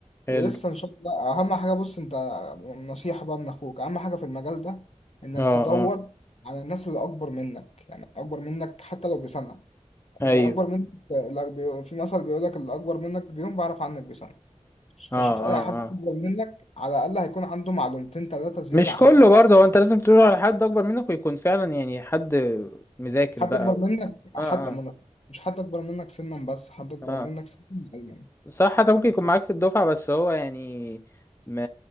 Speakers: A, on the left; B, on the left.
A: ولسه
B: حلو
A: ان شاء الله اهم حاجة بص انت نصيحة بقى من اخوك اهم حاجة في المجال ده انك
B: اه
A: تدور
B: اه
A: على الناس اللي اكبر منك يعني اكبر منك حتى لو بسنة
B: ايوه
A: اللي اكبر منك اللي بي... في مثل بيقول لك اللي اكبر منك بيوم بعرف عنك بسنة
B: اه
A: فشوف اي
B: اه
A: حد
B: اه
A: اكبر منك على الاقل هيكون عنده معلومتين ثلاثة زيادة
B: مش
A: عنك
B: كله برضه هو انت لازم تدور على حد اكبر منك ويكون فعلا يعني حد مذاكر
A: حد
B: بقى
A: اكبر منك حد
B: اه
A: منك
B: اه
A: مش حد اكبر منك سنا بس حد اكبر
B: اه
A: منك سنا علما
B: اه صح حتى ممكن يكون معاك في الدفعة بس هو يعني ما